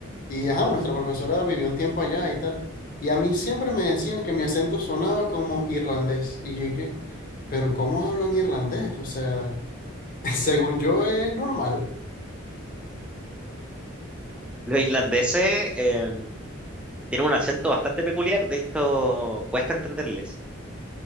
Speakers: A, on the left; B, in the centre.
A: y ajá, nuestra profesora vivió un tiempo allá y tal. Y a mí siempre me decían que mi acento sonaba como irlandés. Y yo pero ¿cómo hablo en irlandés? O sea, <laughs> según yo es normal.
B: Los irlandeses eh, tienen un acento bastante peculiar, de hecho, cuesta entenderles,